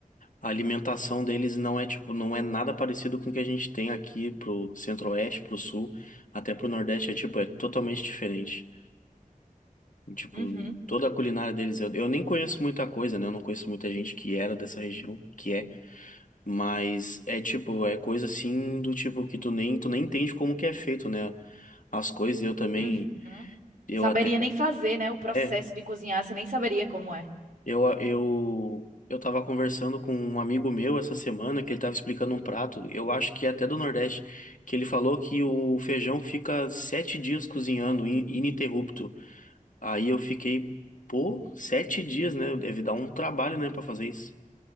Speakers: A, on the left; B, on the right.
A: a alimentação deles não é tipo, não é nada parecido com o que a gente tem aqui pro centro-oeste, pro sul, até pro nordeste, é tipo, é totalmente diferente. Tipo,
B: Uhum,
A: toda a culinária deles, eu, eu nem conheço muita coisa, né? Eu não conheço muita gente que era dessa região, que é, mas é tipo, é coisa assim do tipo que tu nem, tu nem entende como que é feito, né? As coisas, e eu também,
B: uhum.
A: eu
B: Saberia
A: até,
B: nem fazer, né? O processo
A: é,
B: de cozinhar, você nem saberia como é.
A: eu, eu, eu tava conversando com um amigo meu essa semana que ele tava explicando um prato, eu acho que é até do Nordeste, que ele falou que o feijão fica sete dias cozinhando, in- ininterrupto. Aí eu fiquei, pô, sete dias, né? Deve dar um trabalho, né, pra fazer isso.